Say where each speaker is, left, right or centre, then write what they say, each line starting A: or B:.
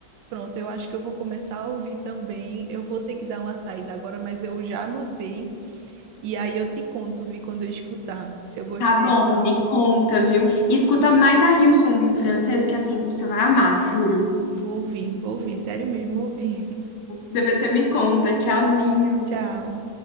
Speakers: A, on the right (about 75°); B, on the left (about 65°).
A: Pronto, eu acho que eu vou começar a ouvir também. Eu vou ter que dar uma saída agora, mas eu já anotei. E aí eu te conto, vi quando eu escutar, se eu gostei
B: Tá bom,
A: ou não.
B: me conta, viu? E escuta mais a Hillsong em francês, que assim, você vai amar, juro.
A: Vou ouvir, vou ouvir, sério mesmo, vou ouvir.
B: Depois você me conta. Tchauzinho.
A: <laughs> Tchau.